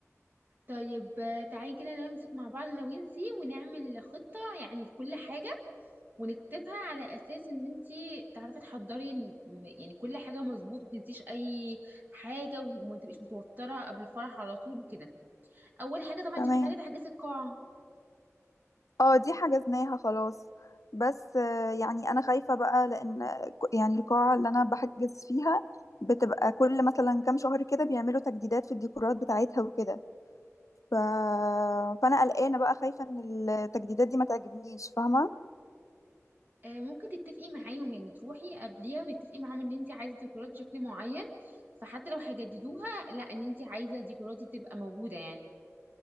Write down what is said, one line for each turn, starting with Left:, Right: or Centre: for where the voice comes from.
Right: طيب آه، تعالي كده نمسك مع بعض انا وانتي ونعمل خطه يعني لكل حاجه ونكتبها على اساس ان انتي تعرفي تحضري م- يعني كل حاجه مظبوط متنسيش اي حاجه وما تبقيش متوتره قبل الفرح على طول وكده اول حاجه طبعا
Left: تمام
Right: انتي محتاجه تحجزي القاعه
Left: اه دي حجزناها خلاص بس آه، يعني انا خايفه بقى لان ك- يعني القاعه اللي انا بحجز فيها بتبقى كل مثلا كام شهر كده بيعملوا تجديدات في الديكورات بتاعتها وكده ف... فانا قلقانه بقى خايفه ان التجديدات دي ما تعجبنيش فاهمه
Right: آه، ممكن تتفقي معاهم يعني تروحي قبليها وتتفقي معاهم ان انتي عايزه ديكورات بشكل معين فحتى لو هيجددوها لا ان انتي عايزه ديكوراتي تبقى موجوده يعني